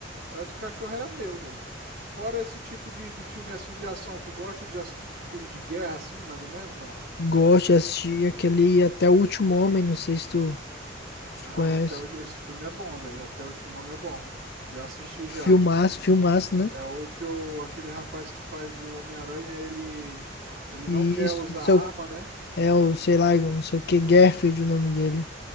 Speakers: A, on the right; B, on the left.
A: parece que o cachorro era meu, velho. Fora esse tipo de, de filme assim de ação, tu gosta de ass- filme de guerra assim, mais ou menos, não?
B: Gosto de assistir aquele Até o Último Homem, não sei se tu, se
A: Ah,
B: tu conhece.
A: até o, esse filme é bom, velho, Até o Último Homem é bom. Já assisti
B: Filmaço,
A: <laughs> já.
B: filmaço, né?
A: É o que o, aquele rapaz que faz o Homem-Aranha, ele, ele
B: E
A: não quer
B: isso,
A: usar
B: não sei
A: arma,
B: o-
A: né?
B: é o, sei lá, não sei o que, Garfield, o nome dele.